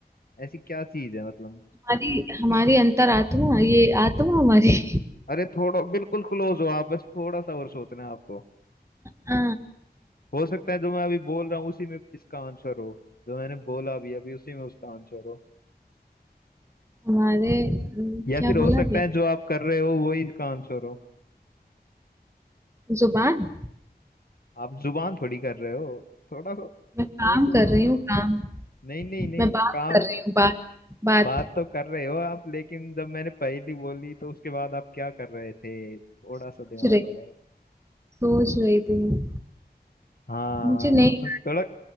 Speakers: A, on the left; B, on the right.
A: ऐसी क्या चीज है मतलब
B: हमारी हमारी अंतरात्मा ये आत्मा हमारी
A: अरे थोड़ा बिल्कुल क्लोज हो आप बस थोड़ा सा और सोचना है आपको
B: आ,
A: हो सकता है जो मैं अभी बोल रहा हूँ उसी में इसका आंसर हो जो मैंने बोला अभी अभी उसी में उसका आंसर हो
B: हमारे अम,
A: या
B: क्या
A: फिर हो
B: बोला
A: सकता
B: भैया
A: है जो आप कर रहे हो वही इसका आंसर हो
B: जुबान
A: आप जुबान थोड़ी कर रहे हो थोड़ा सा सोचो
B: मैं काम कर
A: थोड़ा
B: रही हूँ काम
A: नहीं नहीं नहीं
B: मैं बात
A: काम
B: कर रही हूँ बात बात
A: बात तो कर रहे हो आप लेकिन जब मैंने पहली बोली तो उसके बाद आप क्या कर रहे थे थोड़ा सा
B: सोच
A: दिमाग
B: रही
A: लगाया
B: सोच रही थी मैं।
A: हाँ
B: मुझे नहीं
A: थोड़ा